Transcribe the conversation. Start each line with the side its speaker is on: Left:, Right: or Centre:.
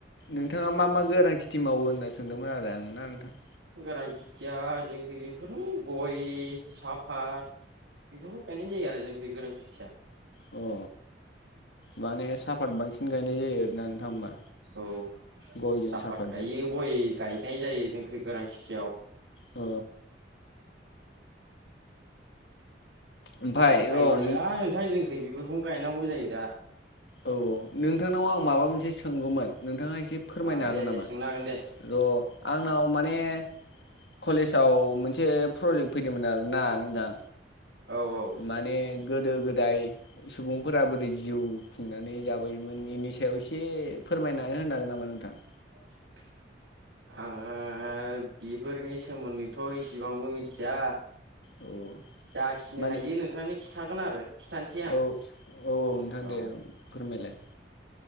Left: नोंथाङा मा मा गोरान खेथि मावो होनना सोंदोंमोन आरो आं ना नोंथां।
Right: गोरान खेथिया जोंखै बेफोरनो गय साफाथ बेफोरखौ गायनाय जायो आरो जोंखै गोरां खेथिया
Left: अ माने साहफात बांसिन गायनाय जायो आरोना नोंथां होमबा
Right: औ
Left: गयजों
Right: साहपात
Left: साफातजों
Right: गायो गय गायनाय जायो जोंख गोरान खेथियाव
Left: अ ओमफाय
Right: उफाय
Left: र'
Right: गैया नोंथां जोंखो बेफोरखौनो गायनांगौ जायो दा
Left: औ नोंथांनाव आं माबा मोनसे सोंगौमोन नोंथाङा एसे फोरमायनो
Right: अ
Left: हागोन
Right: दे दे
Left: नामा
Right: सोंनो हागोन दे
Left: र आंनाव माने कलेजाव मोनसे प्रजेक्ट फैदोंमोन आरोना नोंथां
Right: औ औ
Left: माने गोदो गोदाय सुबुंफोरा बोरै जिउ खुंनानै जाबोयोमोन बेनि सायाव एसे फोरमायना होनो हागोन नामा नोंथां
Right: <inaudible> आङो बेफोरनि सोमोन्दैथ इसिबांबो मिथिया
Left: औ
Right: जाखिनि
Left: माने
Right: हायो नोंथांनि खिन्थागोन आरो खिथानोसै आं
Left: औ औ औ नोंथां
Right: औ
Left: दे फोरमायलाय